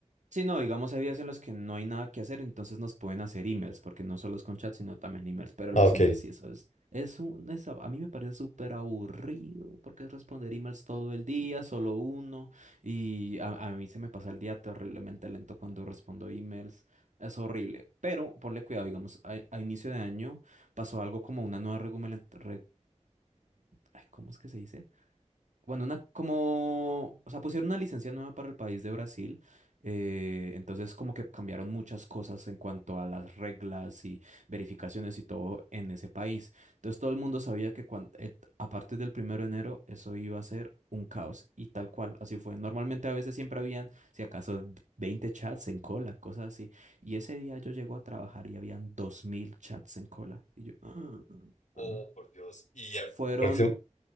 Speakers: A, on the right; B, on the left.
A: Sí, no, digamos, hay días en los que no hay nada que hacer, entonces nos pueden hacer emails, porque no solo es con chat, sino también emails, pero
B: Ah,
A: los
B: ok.
A: emails sí, eso es, es un, es a a mí me parece súper aburrido, porque es responder emails todo el día, solo uno, y a, a mí se me pasa el día terriblemente lento cuando respondo emails, es horrible, pero ponle cuidado, digamos, a, a inicio de año pasó algo como una nueva regulamentación, ay, ¿cómo es que se dice? Bueno, una como, o sea, pusieron una licencia nueva para el país de Brasil, eh, entonces como que cambiaron muchas cosas en cuanto a las reglas y verificaciones y todo en ese país. Entonces todo el mundo sabía que cuan- eh, a partir del primero de enero eso iba a ser un caos y tal cual, así fue. Normalmente a veces siempre habían, si acaso, 20 chats en cola, cosas así. Y ese día yo llego a trabajar y habían 2.000 chats en cola. Y yo... <gasps>
B: Oh, por Dios. Y ya-
A: Fueron
B: próximo.